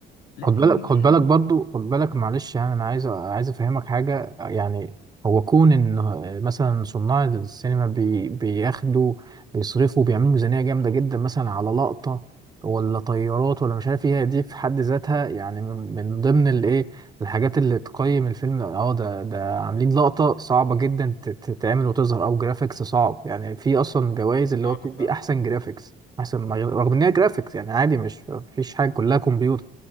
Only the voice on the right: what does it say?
خد بالك خد
بالك برضو خد بالك معلش يعني انا عايز عايز افهمك حاجه يعني هو كون ان مثلا صناع السينما بي بياخدوا بيصرفوا بيعملوا ميزانيه جامده جدا مثلا على لقطه ولا طيارات ولا مش عارف ايه دي في حد ذاتها يعني من من ضمن الايه الحاجات اللي تقيم الفيلم اه ده ده عاملين لقطه صعبه جدا تت- تتعمل وتظهر او جرافيكس صعب يعني في اصلا جوائز اللي
هو بتدي
احسن جرافيكس احسن ما- رغم ان هي جرافيكس يعني عادي مش مفيش حاجه كلها كمبيوتر